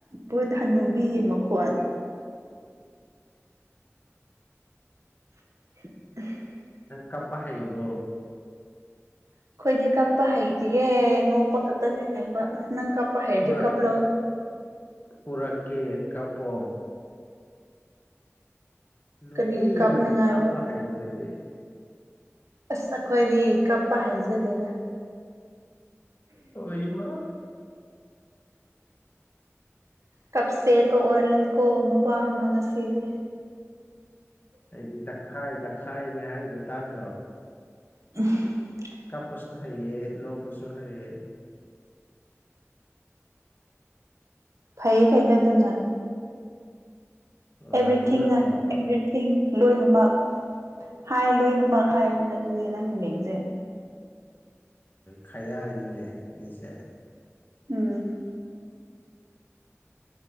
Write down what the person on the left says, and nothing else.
ꯀꯥꯄ ꯍꯩꯕꯔꫭ
ꯄꯨꯔꯛ
ꯄꯨꯔꯛꯀꯦ ꯀꯞꯄꯣ ꯅꯨꯄꯤꯅꯕꯨ
ꯀꯥꯞꯄ ꯍꯩꯗꯗꯤ
ꯍꫭꯏꯃꯥ
ꯑꯩꯗꯤ ꯇꯪꯈꯥꯏ ꯇꯪꯈꯥꯏꯅꯦ ꯍꯥꯏꯗꯣ ꯇꯥꯗ꯭ꯔꯣ
ꯀꯥꯞꯄꯁꯨ ꯍꯩꯑ ꯂꯧꯕꯁꯨ ꯍꯩꯑ
ꯑꯣ
ꯑꯗꯨꯅ ꯐꯕ꯭ꯔꯣ
ꯈꯩꯌꯥ ꯍꯥꯏꯅꯤꯅꯦ ꯑꯩꯁꯦ